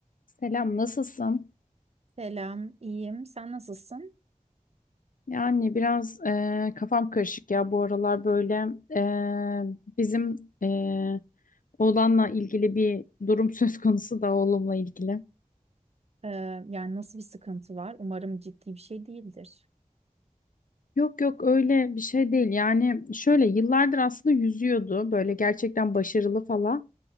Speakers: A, on the left; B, on the right.
A: Selam, nasılsın?
B: Selam, iyiyim. Sen nasılsın?
A: Yani biraz eee, kafam karışık ya bu aralar böyle eee, bizim eee oğlanla ilgili bir durum <laughs> söz konusu da oğlumla ilgili.
B: Ee, yani nasıl bir sıkıntı var? Umarım ciddi bir şey değildir.
A: Yok yok öyle bir şey değil yani şöyle yıllardır aslında yüzüyordu böyle gerçekten başarılı falan.